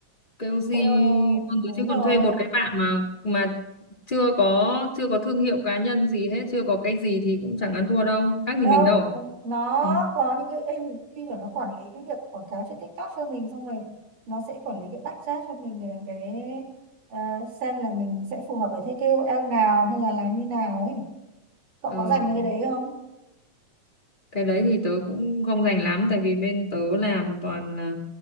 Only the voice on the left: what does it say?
KOC
luôn rồi,
chứ còn
thuê một cái bạn mà mà chưa có chưa có thương hiệu cá nhân gì hết, chưa có cái gì thì cũng chẳng ăn thua đâu, khác
gì mình đâu.
Ừ.
Ờ,
cái đấy thì tớ cũng không rành lắm tại vì bên tớ làm toàn là